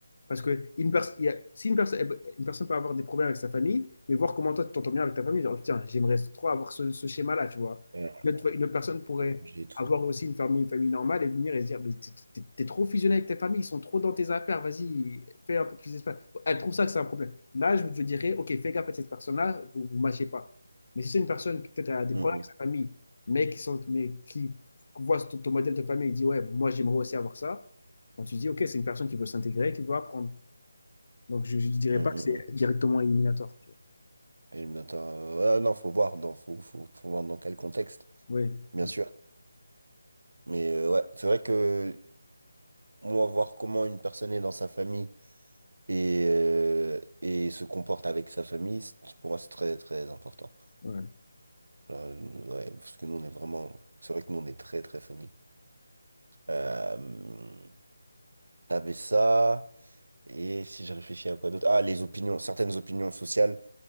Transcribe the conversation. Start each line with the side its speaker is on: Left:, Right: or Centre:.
Left: Parce que une pers- il y a- si une, personne une personne peut avoir des problèmes avec sa famille, mais voir comment toi tu t'entends bien avec ta famille, genre, tiens, j'aimerais trop avoir ce, ce schéma-là, tu vois.
Right: Ouais,
Left: Une autre, une autre personne pourrait
Right: ouais, J'ai tout.
Left: avoir aussi une famille, une famille normale et venir et se dire, mais t'es t'es- t'es trop fusionné avec ta famille, ils sont trop dans tes affaires, vas-y, fais un peu plus d'espace. Elle trouve ça que c'est un problème. Là, je vous dirais, ok, fais gaffe à cette personne-là, vous vous mâchez pas. Mais si c'est une personne qui peut-être a des problèmes
Right: Mm,
Left: avec sa famille, mais qui, sont, mais qui voit ton, ton modèle de famille et dit, ouais, moi j'aimerais aussi avoir ça, quand tu dis, ok, c'est une personne qui veut s'intégrer, qui veut apprendre. Donc, je ne dirais
Right: mm,
Left: pas
Right: mm,
Left: que
Right: mm,
Left: c'est
Right: mm.
Left: directement éliminatoire. tu vois.
Right: Et je me dis, attends, euh, ah non, faut voir, dans, faut, faut, faut voir dans quel contexte,
Left: Oui.
Right: bien
Left: oui,
Right: sûr. Mais euh, ouais, c'est vrai que moi, voir comment une personne est dans sa famille et, euh, et se comporte avec sa famille, c'est- pour moi, c'est très, très important.
Left: ouais.
Right: Alors, euh, ouais, parce que nous, on est vraiment... C'est vrai que nous, on est très, très famille. Euh, t'avais ça, et si je réfléchis à quoi d'autre... Ah, les opinions, certaines opinions sociales.